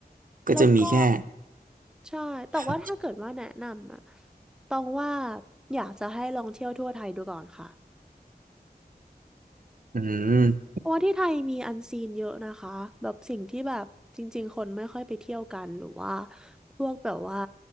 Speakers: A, on the right; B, in the centre.
A: ก็จะมีแค่
B: แล้วก็ใช่ แต่ว่าถ้าเกิดว่าแนะนำอะ
A: ครับ
B: ต้องว่าอยากจะให้ลองเที่ยวทั่วไทยดูก่อนค่ะ
A: อืม
B: เพราะว่าที่ไทยมีอันซีนเยอะนะคะ แบบสิ่งที่แบบจริงๆคนไม่ค่อยไปเที่ยวกันหรือว่าพวกแบบว่า